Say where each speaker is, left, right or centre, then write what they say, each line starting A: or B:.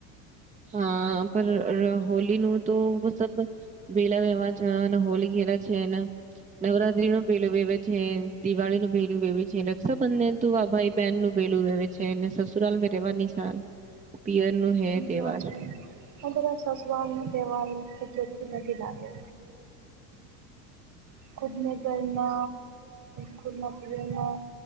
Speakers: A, on the right (about 15°); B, on the right (about 40°).
A: હા પર હોલીનું તો સબ બેેલા વ્યવાહજ અને હોલ છે એને નવરાત્રી નું પહેલું વહેવે છે દિવાળી નું પહેલું વવે છે રક્ષાબંધન તું વાભાઈ બહેન નું વેલું ર છે ને સસુરાલમાં રહેવા નિશાન પિયર નું હે તહેવાર.
B: સાચવી અધર સસુવાર ન તહેવાાર ચ નથીથી લાગે ખુદને કરરના ખુર્માં પૂજનમાં